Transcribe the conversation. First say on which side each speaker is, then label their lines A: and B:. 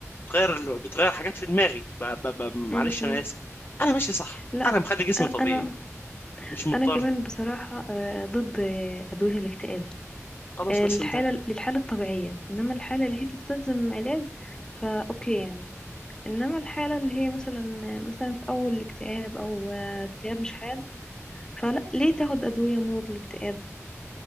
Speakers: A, on the left (about 40°); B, on the left (about 15°).
A: بتغير بتغير حاجات في دماغي ب... ب... ب... معلش
B: مم، مم.
A: انا اسف انا ماشي صح
B: لا
A: انا مخلي جسمي
B: أ-
A: طبيعي
B: انا
A: مش مضطر
B: انا كمان بصراحه آه، ضد آه، ادويه الاكتئاب
A: خلاص
B: آه،
A: بس
B: الحاله
A: انت
B: للحاله الطبيعيه انما الحاله اللي هي تستلزم علاج فاوكي يعني انما الحاله اللي هي مثلا مثلا في اول اكتئاب او آه، اكتئاب مش حاد فلا ليه تاخد ادويه مضاد للاكتئاب